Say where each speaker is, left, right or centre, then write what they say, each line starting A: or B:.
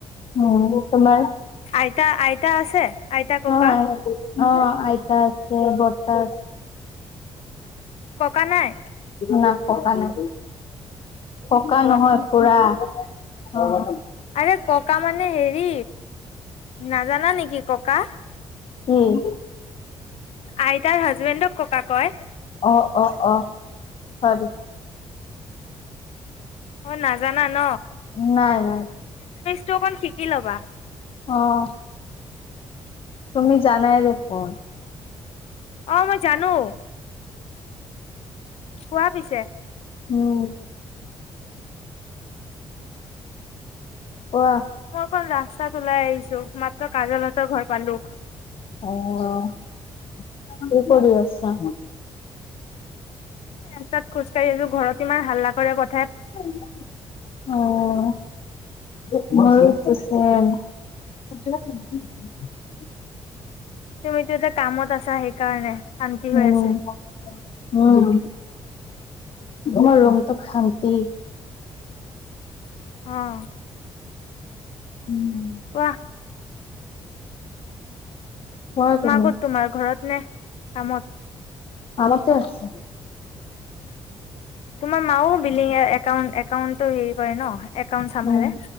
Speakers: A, on the left; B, on the left.
A: উম, তোমাৰ
B: আইতা আইতা আছে আইতা ককা
A: অ', অ আইতা আছে ব আ
B: ককা নাই
A: ন ককা নাই পকা
B: অ
A: নহয় ফুৰা হয়
B: আ ককা মানে হেৰি নাজানা নেকি ককা
A: উম
B: আইতাৰ হাজ জুৱেনদক ককা কয়
A: অ', অ অ খৰি
B: অ নাজানা ন
A: নাই নাই
B: টো অকণ শিকি ল'বা
A: অহ তুমি জানাই দেখোন
B: অ মই জানো কোৱা পিছে
A: উম কোৱা
B: মই কন ৰাস্ত- তাত ওলাই আহিছো মাত্ৰ কাজলহত ঘৰ পালো
A: অ পৰি আছা
B: এ ৰাস্তাত খোজকাঢ়ি আছো ঘৰত ইমান হাল্লা কৰে কথ
A: অ--হ <unintelligible>
B: তুমিতো এতিয়া কামত আছা সেইকাৰণে শান্তি
A: উম,
B: হৈ আছে
A: তাৰপিছত উম মৰ ৰংটো খাম্তি
B: অহ
A: উম
B: কোৱাহ
A: হয় তুমি
B: মাগত তোমাৰ ঘৰত নেহ কামত
A: আমতে আছে
B: তোমাৰ মাও বিলিং একাউ একাউন্টো হেৰি কৰে ন একাউণ্ট চম্ভালে।
A: উম